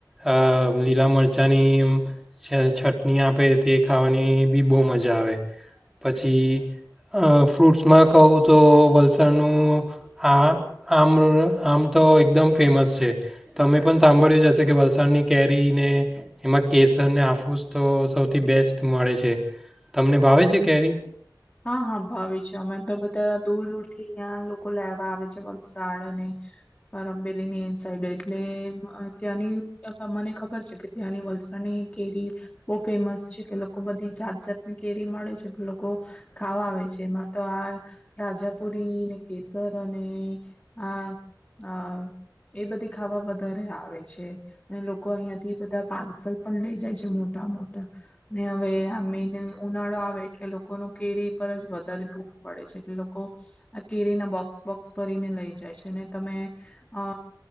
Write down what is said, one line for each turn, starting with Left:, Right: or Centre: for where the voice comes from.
Centre: અ લીલા મરચાંની છટણી આપે તે ખાવાની બી બહુ મજા આવે પછી અ ફ્રૂટ્સમાં કહું તો વલસાડનું આ આમ આમ તો એકદમ ફેમસ છે તમે પણ સાંભળ્યું જશે કે વલસાડની કેરીને એમાં કેસરને આફુસ તો સૌથી બેસ્ટ મળે છે. તમને ભાવે છે કેરી?
Left: હા હા ભાવે છે અમે તો બધા દૂર દૂર થી અહિયાં લોકો લોકો લેવા આવે છે વલસાડ અને કરમબેલીની સાઈડે એટલે ત્યાંની મને ખબર છે કે ત્યાંની વલસાડની કેરી બહુ ફેમસ છે કે લોકો બધી જાત જાતની કેરી મળે છે તો લોકો ખાવા આવે છે એમાં તો આ રાજાપુરી ને કેસર અને આ એ બધી ખાવા વધારે આવે છે અને લોકો અહિયાં થી બધા પાર્સલ પણ લઇ જાય છે મોટા મોટા ને હવે આ મેઈન ઉનાળો આવે એટલે લોકો લોકોનું કેરી પર જ વધારે ટૂટ પડે છે એટલે લોકો આ કેરીના બોક્સ બોક્સ ભરીને લઈ જાય છે ને તમે અ